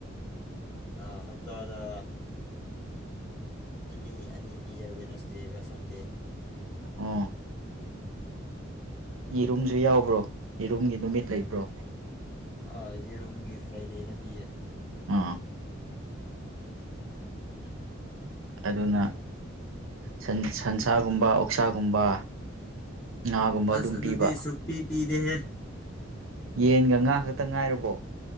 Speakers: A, on the left (about 20°); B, on the right (about 80°).
A: ꯑꯥ ꯍꯞꯇꯥꯗ ꯑꯅꯤ ꯑꯅꯤ ꯄꯤꯌꯦ ꯋꯦꯅꯁꯗꯦꯒꯥ ꯁꯟꯗꯦ
B: ꯑꯣꯥ ꯌꯦꯔꯨꯝꯁꯨ ꯌꯥꯎꯕ꯭ꯔꯣ ꯌꯦꯔꯨꯝꯒꯤ ꯅꯨꯃꯤꯠ ꯂꯩꯕ꯭ꯔꯣ
A: ꯑꯥ ꯌꯦꯔꯣꯝꯒꯤ ꯐ꯭ꯔꯥꯏꯗꯦꯗ ꯄꯤꯌꯦ
B: ꯑꯥ ꯑꯗꯨꯅꯥ ꯁꯟ ꯁꯟꯁꯥꯒꯨꯝꯕ ꯑꯣꯛꯁꯥꯒꯨꯝꯕ ꯉꯥꯒꯨꯝꯕ
A: ꯑꯁ
B: ꯑꯗꯨꯝ
A: ꯑꯗꯨꯗꯤ
B: ꯄꯤꯕ
A: ꯁꯨꯛꯄꯤ ꯄꯤꯗꯦꯍꯦ
B: ꯌꯦꯟꯒꯥ ꯉꯥ ꯈꯛꯇ ꯉꯥꯏꯔꯕꯣ